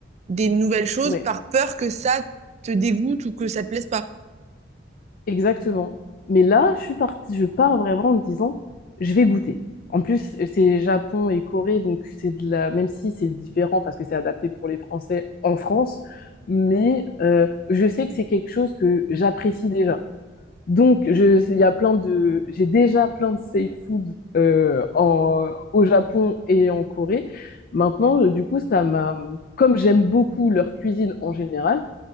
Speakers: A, on the right; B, on the left.
A: des nouvelles choses
B: Ouais.
A: par peur que ça te dégoûte ou que ça te plaise pas.
B: Exactement. Mais là, je suis partie, je pars vraiment en me disant, je vais goûter. En plus, c'est Japon et Corée, donc c'est de la, même si c'est différent parce que c'est adapté pour les Français en France, mais euh, je sais que c'est quelque chose que j'apprécie déjà. Donc, je, il y a plein de, j'ai déjà plein de safe food euh, en, au Japon et en Corée. Maintenant, euh, du coup, ça m'a, comme j'aime beaucoup leur cuisine en général